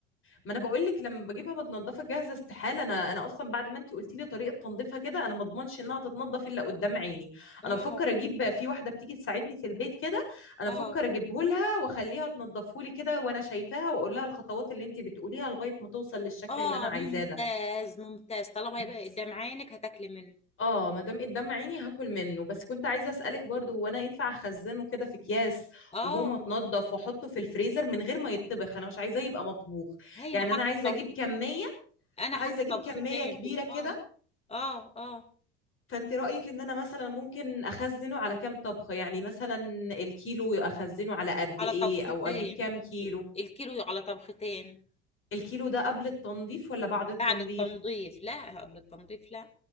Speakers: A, on the left; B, on the left.
A: ما انا بقول لك لما بجيبها متنضفه جاهزه استحاله انا انا اصلا بعد ما انت قلتي لي طريقه تنظيفها كده انا ما اضمنش انها تتنضف الا قدام عيني
B: اه
A: انا بفكر اجيب في واحده بتيجي تساعدني في البيت كده انا
B: اه
A: بفكر اجيبه لها واخليها تنضفه لي كده وانا شايفاها واقول لها الخطوات اللي انت بتقوليها لغايه ما توصل للشكل
B: اه
A: اللي انا عايزاه
B: ممتاز
A: ده
B: ممتاز طالما
A: بس
B: هيبقى قدام عينك هتاكلي منه
A: اه ما دام قدام عيني هاكل منه بس كنت عايزه اسالك برضه هو انا ينفع اخزنه كده في اكياس
B: اه
A: وهو متنضف واحطه في الفريزر من غير ما يتطبخ انا مش عايزاه يبقى مطبوخ
B: هينا
A: يعني
B: حاطه
A: انا عايزه
B: طبخ
A: اجيب كميه
B: انا
A: عايزه
B: حاطه
A: اجيب
B: طبختين
A: كميه كبيره
B: في ال-
A: كده
B: اه اه اه
A: فانت رايك ان انا مثلا ممكن اخزنه على كام طبخه يعني مثلا الكيلو اخزنه على قد
B: على
A: ايه
B: طبختين
A: او اجيب كام كيلو
B: الكيلو على طبختين
A: الكيلو ده قبل التنظيف ولا بعد التنظيف
B: بعد التنظيف لا قبل التنظيف لا